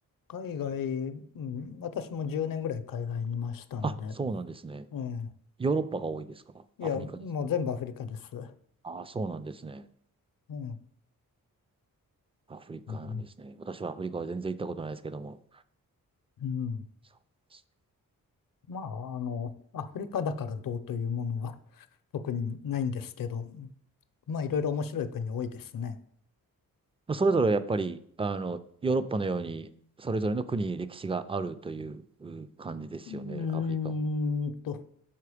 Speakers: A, on the left (about 65°); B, on the right (about 15°).
A: 海外、うん、私も10年ぐらい海外にいましたんで、
B: あ、そうなんですね。
A: え
B: ヨーロッパが多いですかアフリカです。
A: え、いや、もう全部アフリカです。
B: ああ、そうなんですね。
A: ええ、うん、
B: アフリカなんですね。
A: うん
B: 私はアフリカは全然行ったことないですけども。
A: うん
B: そうです
A: まあ、あの、アフリカだからどうというものは <laughs> 特にないんですけど、まあ、いろいろ面白い国多いですね。
B: まあそれぞれやっぱり、あの、ヨーロッパのように、それぞれの国に歴史があるというう感じですよね、
A: うーんと、
B: アフリカも。